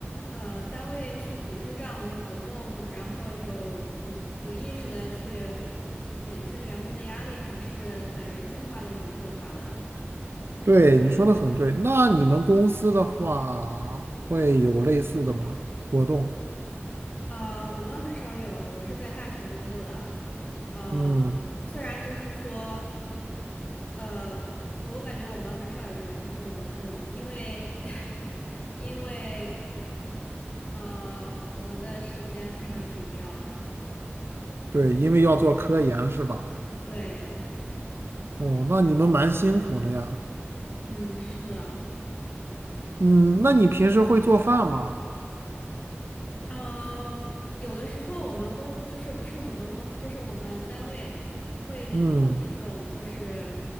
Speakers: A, on the left; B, on the right.
A: 呃，单位去组织这样的活动，然后有有有意识的去去减轻员工的压力，还是蛮人性化的一种做法的。
B: 对，你说的很对。那你们公司的话，会有类似的吗？活动？
A: 呃，我们很少有，我是在大学工作的，呃，
B: 嗯。
A: 虽然就是说，呃，我感觉我们很少有这种这种这种，因为 <laughs> 因为呃，我们的时间非常紧张，
B: 对，因为要做科研是吧？
A: 对，
B: 哦，那你们蛮辛苦的呀。
A: 嗯，是的。
B: 嗯，那你平时会做饭吗？
A: 嗯，有的时候我们公就是不是我们公司，就是我们单位会举办那种就是
B: 嗯